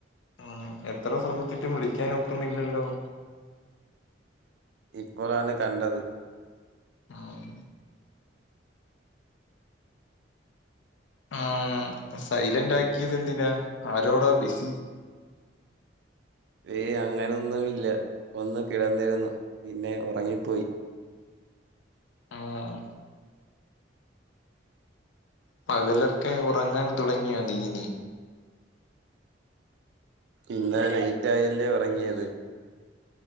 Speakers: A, on the left; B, on the right.
A: ഉം എത്ര ശ്രമിച്ചിട്ടും വിളിക്കാൻ ഒക്കുന്നില്ലല്ലോ
B: ഇപ്പോളാണ് കണ്ടത്
A: മം മം സൈലന്റ് ആക്കിയത് എന്തിനാ ആരോടാ ബിസി
B: ഏയ്. അങ്ങനൊന്നും ഇല്ല ഒന്ന് കിടന്നിരുന്നു പിന്നെ ഒറങ്ങിപ്പോയി..
A: ഉം പകലൊക്കെ ഒറങ്ങാൻ തുടങ്ങിയൊ. നീ. നി.
B: ഇന്നലെ ലൈറ്റായല്ലേ. ഒറങ്ങിയത്.